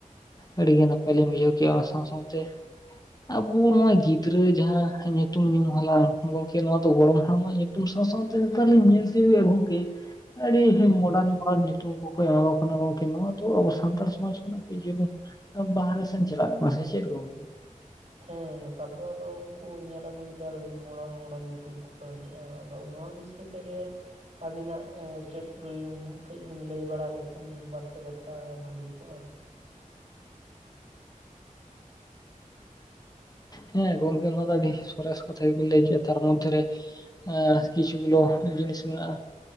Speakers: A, on the left; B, on the right.
A: ᱟᱹᱰᱤ ᱜᱮ ᱱᱟᱯᱟᱭ ᱞᱤᱧ ᱵᱩᱡᱷᱟᱹᱣ ᱠᱮᱜ-ᱟ ᱚᱱᱟ ᱥᱟᱶ ᱥᱟᱶᱛᱮ ᱟᱵᱚ ᱱᱚᱭ ᱜᱤᱫᱽᱨᱟᱹ ᱡᱟᱦᱟᱸ ᱧᱩᱛᱩᱢ ᱧᱩ ᱦᱟᱞᱟᱝ ᱜᱚᱝᱠᱮ ᱱᱚᱣᱟ ᱜᱚᱲᱚᱢ ᱦᱟᱲᱟᱢᱟᱜ ᱧᱩᱛᱩᱢ ᱥᱟᱶ ᱥᱟᱶᱛᱮ ᱱᱮᱛᱟᱨ ᱞᱤᱧ ᱧᱮᱞ <unintelligible> ᱜᱚᱝᱠᱮ ᱟᱹᱰᱤ
B: ᱦᱮᱸ
A: ᱢᱚᱰᱟᱱ ᱧᱩᱛᱩᱢ ᱠᱚᱠᱚ ᱮᱢᱟᱠᱚ ᱠᱟᱱᱟ ᱜᱚᱝᱠᱮ ᱱᱚᱣᱟ ᱫᱚ ᱟᱵᱚ ᱥᱟᱱᱛᱟᱲ ᱥᱚᱢᱟᱡᱽ ᱠᱷᱚᱱᱟᱜ <unintelligible> ᱵᱟᱨᱦᱮ ᱥᱮᱱ ᱪᱮᱞᱟᱜ ᱠᱚᱣᱟ ᱥᱮ ᱪᱮᱫ ᱜᱚᱝᱠᱮ?
B: ᱦᱮᱸ ᱱᱮᱛᱟᱨ ᱫᱚ ᱟᱫᱚ ᱩᱱᱠᱩ ᱧᱮᱞ ᱟᱹᱜᱩᱭᱫᱟᱞᱤᱧ ᱢᱚᱸᱰᱟᱞ, ᱢᱚᱸᱰᱟᱞ ᱧᱩᱛᱩᱢ ᱠᱚ <unintelligible> ᱟᱫᱚ ᱱᱚᱣᱟ ᱵᱤᱥᱚᱭ ᱛᱮᱜᱮ ᱟᱹᱵᱤᱱᱟᱜ ᱮ ᱪᱮᱫ ᱠᱟᱹᱡ ᱵᱤᱱ ᱞᱟᱹᱭ ᱵᱟᱲᱟᱭ ᱞᱮᱠᱷᱟᱱ ᱵᱟᱨᱯᱮ ᱠᱟᱛᱷᱟ ᱵᱷᱟᱹᱜᱮ ᱠᱚᱜᱼᱟ ᱾
A: ᱦᱮᱸ ᱜᱚᱝᱠᱮ ᱱᱚᱣᱟ ᱫᱚ ᱟᱹᱰᱤ ᱥᱚᱨᱮᱥ ᱠᱟᱛᱷᱟ ᱜᱮᱵᱤᱱ ᱞᱟᱹᱭ ᱦᱚᱪᱚᱭᱮᱜ ᱛᱟᱨ ᱢᱚᱫᱽᱫᱷᱮ ᱨᱮ ᱮ ᱠᱤᱪᱷᱩ ᱜᱩᱞᱳ ᱡᱤᱱᱤᱥ ᱢᱮᱱᱟᱜᱼᱟ